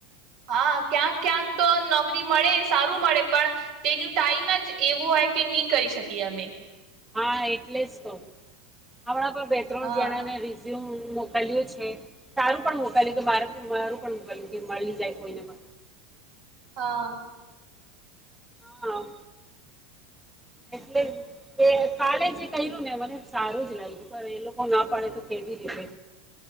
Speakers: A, on the right; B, in the centre.
A: હા. ક્યાંક-ક્યાંક તો નોકરી મળે એ સારું મળે પણ તેનું ટાઈમ જ એવું હોય કે ની કરી શકીએ અમે.
B: હા એટલે જ તો. હમણાં પણ બે ત્રણ
A: હા
B: જણા ને રી <unintelligible> મોકલ્યું છે, સારું પણ મોકલ્યું કે માર મારું પણ મોકલ્યું કે મળી જાય કોઈને તો.
A: હા.
B: હા. એટલે એ કાલે જે ક્યરું ને મને સારું જ લાયગું, પણ એ લોકો ના પાડે તો કેવી રીતે